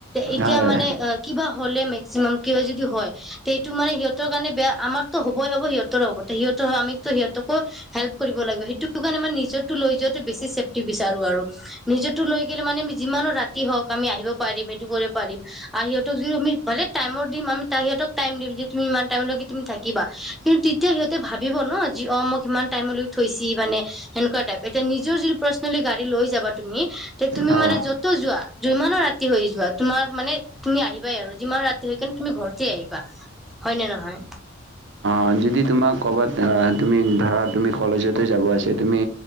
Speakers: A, in the centre; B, on the right.
A: এতিয়া
B: হয়
A: মানে
B: হয়
A: আ কিবা হ'লে মেক্সিমাম কিবা যদি হয় ত সেইটো মানে সিহঁতৰ কাৰণে বেয়া আমাৰতো হ'বই হ'ব সিহঁতৰ হ'ব সিহঁতৰ আমিতো সিহঁতকো হেল্প কৰিব লাগিব সেইটো কাৰণে মই নিজৰটো লৈ যোৱাটো বেছি চেফটি বিচাৰোঁ আৰু। নিজোৰতো লৈ গলে মানে যিমানো ৰাতি হওঁক আমি আহিব পাৰিম সেইটো কৰিব পাৰিম। আৰু সিহঁতক যদি আমি মানে টাইমো দিম আমি সিহঁতক টাইম দিম যে তুমি ইমান টাইমলৈকে তুমি থাকিবা। কিন্তু তেতিয়া সিহঁতে ভাবিব ন যে অ মোক কিমান টাইমলৈ থৈছি মানে সেনেকুৱাটাইপ এতিয়া নিজৰ যিটো পাৰ্চনেলি গাড়ী লৈ যাবা তুমি তে তুমি
B: অঁ
A: মানে
B: অঁ
A: যতো যোৱা যিমানো ৰাতি হৈ যোৱা তোমাৰ মানে তুমি আহিবাই আৰু যিমান ৰাতি হৈ কিন্তু তুমি ঘৰতে আহিবা হয় নে নহয়?
B: অহ যদি তোমাক ক'বাত তুমি ধৰা তুমি কলেজতে যাব আছে তুমি